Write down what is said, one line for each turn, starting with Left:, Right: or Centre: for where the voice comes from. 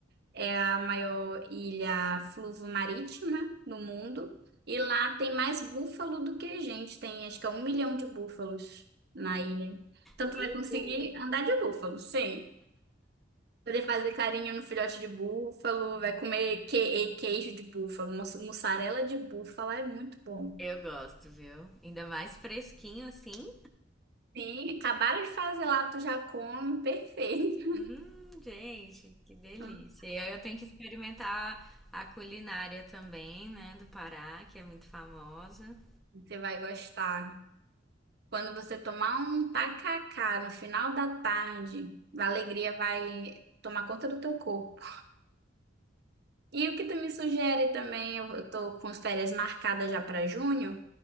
Right: É a maior ilha fluvomarítima marítima do mundo. E lá tem mais búfalo do que gente. Tem acho que é um milhão de búfalos na ilha. Então
Centre: Mentira.
Right: tu vai conseguir andar de búfalo, sim. Poder fazer carinho no filhote de búfalo, vai comer que- queijo de búfalo, moça- mussarela de búfalo, é muito bom.
Centre: Eu gosto, viu? Ainda mais fresquinho assim.
Right: Sim, acabaram de fazer lá, tu já come, perfeito.
Centre: Hum, gente, que delícia.
Right: <laughs>
Centre: E aí eu tenho que experimentar a culinária também, né, do Pará, que é muito famosa.
Right: Você vai gostar. Quando você tomar um tacacá no final da tarde, a alegria vai tomar conta do teu corpo. E o que tu me sugere também, eu eu tô com as férias marcadas já para junho,